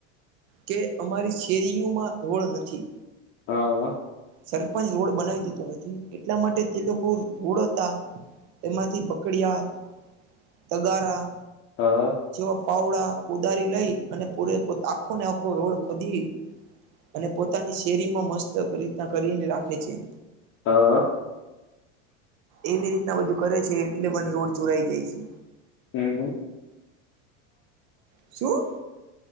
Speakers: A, on the right (about 60°); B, on the left (about 35°).
A: કે અમારી શેરીઓમાં રોળ નથી.
B: હા.
A: સરપંચ રોડ બનાવી દીધો નથી એટલા માટે તે લોકો રોડ હતા એમાંથી, બકડિયા, તગારા
B: હા
A: જેવા પાવડા, કોદારી લઈ અને પૂરે આખો ને આખો રોડ ખોદી અને પોતાની શેરીમાં મસ્ત રીતના કરીને રાખે છે.
B: અ -
A: એવી રીતના બધું કરે છે એટલે મન રોડ ચોરાઈ જાય છે.
B: હમ્મ
A: શું?